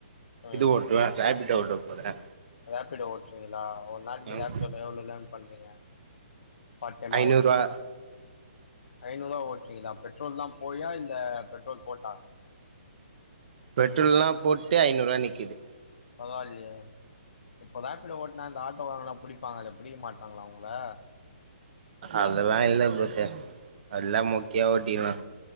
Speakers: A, on the left (about 65°); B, on the right (about 50°).
A: ம்
B: இது ஒட்டுவேன் ரேப்பிட்டோப ஆஹ
A: ரேப்பிடா ஓட்டுீங்களா ஒரு நாளைக்கு
B: ம்
A: ஏதா எவ்வளவு லேர்ன் பண்றீங்க பார்ட டைமா
B: ஐநூறுவா
A: ஓட்டி ஐநூறு ரூபா ஒடடிங்களா பெட்ரோல் தான் போயா இல்ல பெட்ரோல் போட்டா
B: பெட்ரோல்ல்லாம் போட்டு ஐநூறு ரூபாய் நிக்குது
A: பரவாயில்லை இப்ப வேப்பில ஓட்டனா இந்த ஆட்டோ வாங்கனா பிடிப்பாங்க அத பிடிக்க மாட்டாங்களா உங்கள
B: அதெல்லாம் இல்லலை போத்த எல்லாம் மோக்கியா ஓட்டனு